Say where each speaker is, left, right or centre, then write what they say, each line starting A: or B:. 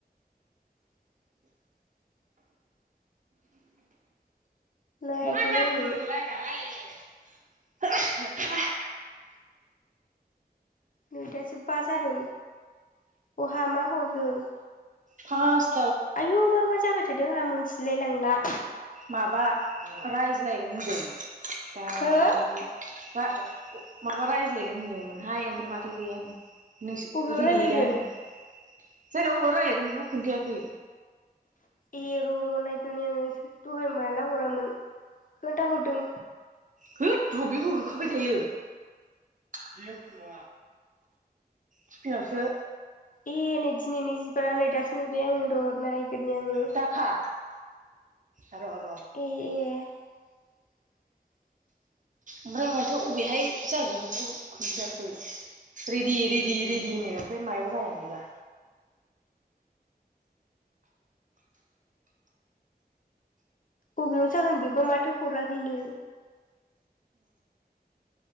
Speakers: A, on the left (about 55°); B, on the right (about 50°).
A: <inaudible> नायाखैनो
B: मा जाखो
A: आङो
B: लाइन आलाय? <inaudible>
A: नै दासो बा जादों बहा मा हरदों?
B: फास
A: आयु मा मा जाबाय थादों आंहा मोनथिलाय लांला।
B: माबा रायज्लायगोन होनदों दा
A: हो
B: माबा माबि दा माबा रायज्लायगोन होनदोंमोनहाय ओमफ्राय माथो गैयानो। नोंसो
A: बबेयाव
B: रेडि
A: रायलायगोन
B: दा जानो अबाव रायजलायगोन बेखौ खोन्थायाखै।
A: ए र' र' नायगोरनि आङो दहाय माला हरामोन खोन्थाहरदों।
B: होद रबियो होखाबाय थायो। <unintelligible> तिफिनावसो
A: ए नै दिनैनि जिबाना नै दासो नुबाय आङो र' नायगोरनि आङो।
B: दाखा र' र'
A: ए ए। <inaudible>
B: ओमफ्राय माथो अबेहाय जागोन खौ खोनथाखै। रेदि रेदि रेदिनो ओमफाय मायाव जागोन बिबा।
A: बबेयाव जागोन बिबा माथो हराखैनो?